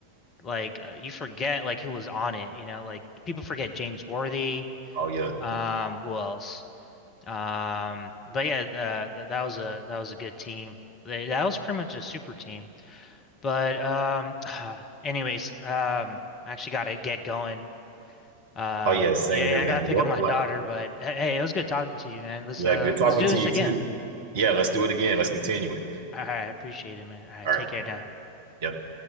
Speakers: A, on the left; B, on the right.
A: like uh, you forget like who was on it you know like people forget James Worthy
B: Oh yeah.
A: Um, who else? Um, but yeah, uh, th that was a that was a good team. They, that was pretty much a super team. But um, <sighs> anyways, um, I actually gotta get going. Um,
B: Oh yeah, same
A: yeah,
B: here,
A: yeah,
B: man.
A: I gotta pick
B: What
A: up my
B: what
A: daughter. But hey, hey, it was good talking to you, man. Let's
B: Yeah,
A: uh,
B: good talking
A: let's do
B: to
A: this
B: you
A: again.
B: too. Yeah, let's do it again. Let's continue it.
A: All right, I appreciate it, man. All right,
B: All
A: take
B: right.
A: care now.
B: Yep.